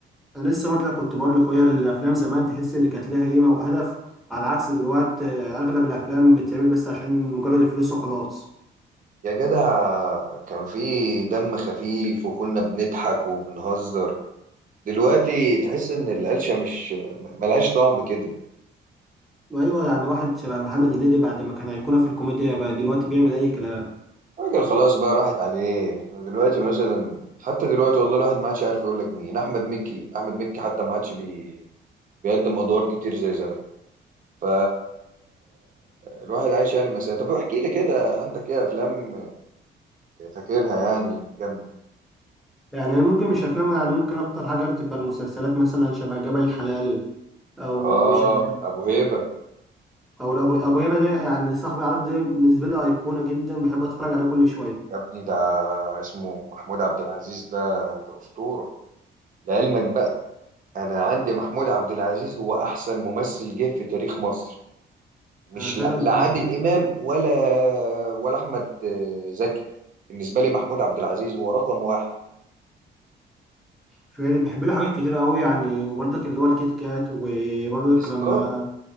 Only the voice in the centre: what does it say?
انا لسه برضه كنت بقول لاخويا الافلام زمان تحس اللي كانت لها قيمه وهدف على عكس دلوقتي آه، اغلب الافلام بتتعمل بس عشان مجرد الفلوس وخلاص
وايوه يعني واحد شبه محمد هنيدي بعد ما كان ايقونه في الكوميديا بقى دلوقتي بيعمل اي كلام
يعني ممكن مش افلام يعني ممكن اكتر حاجه بتبقى المسلسلات مثلا شبه جبل الحلال او
شبه
او ابو ابو هيبه ده يعني صاحبي عارف ده بالنسبه لي ايقونه جدا بحب اتفرج عليه كل شويه
انا فعلا
بحبه
فعلا بحب له حاجات كتير قوي يعني وبرضك اللي هو الكيت كات وبرضك
لما